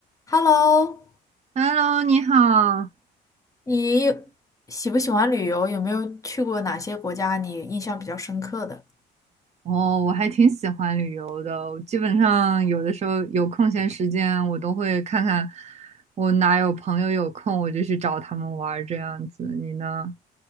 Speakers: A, on the left; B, on the right.
A: Hello，
B: Hello，你好。
A: 你喜不喜欢旅游？有没有去过哪些国家你印象比较深刻的？
B: 哦，我还挺喜欢旅游的。我基本上有的时候有空闲时间，我都会看看我哪有朋友有空，我就去找他们玩儿这样子。你呢？